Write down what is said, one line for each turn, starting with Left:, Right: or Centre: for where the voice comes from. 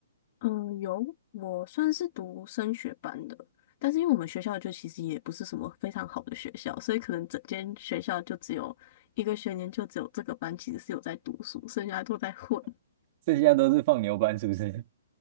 Left: 嗯，有，我算是读升学班的，但是因为我们学校就其实也不是什么非常好的学校，所以可能整间学校就只有一个学年就只有这个班其实是有在读书，剩下都在混。
Right: 剩下都是放牛班，是不是？